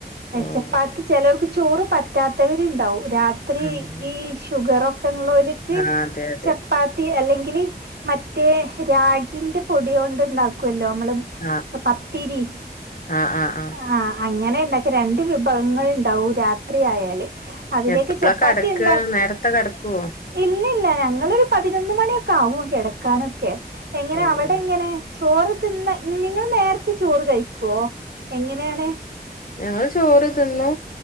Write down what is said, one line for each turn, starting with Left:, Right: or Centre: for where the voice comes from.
Left: ഓഹ്
Right: ചപ്പാത്തി ചെലർക്ക് ചോറ് പറ്റാത്തവര്ണ്ടാവും രാത്രി
Left: ആഹ്
Right: ഈ ഷുഗറൊ ഉള്ളോല്ക്ക്
Left: ആഹ് അതെ അതെ
Right: ച ചപ്പാത്തി അല്ലെങ്കില് മറ്റേ രാഗിന്റെ പൊടി കൊണ്ടുണ്ടാക്കുവല്ലോ നമ്മള്
Left: ആഹ്
Right: പത്തിരി.
Left: ആഹ് ആഹ്
Right: ആഹ് അങ്ങനെ ഇണ്ടാക്കി രണ്ട് വിഭവങ്ങളുണ്ടാവും രാത്രി ആയാല് അതിലേക്ക്
Left: എപ്പളാ
Right: ചപ്പാത്തിയുണ്ടാ
Left: കെടക്കാ നേരത്തെ കെടക്കുവോ
Right: ഇല്ലില്ല ഞങ്ങളൊരു പതിനൊന്ന് മണിയൊക്കാവും കെടക്കാനൊക്കെ എങ്ങനെ
Left: ഓഹ്
Right: അവടെങ്ങനെ
Left: ഓഹ്
Right: ചോറ് തിന്ന നിങ്ങൾ നേര്ത്തെ ചോറ് കഴിക്കുവോ എങ്ങനെണ്?
Left: ഞങ്ങള് ചോറ് തിന്നു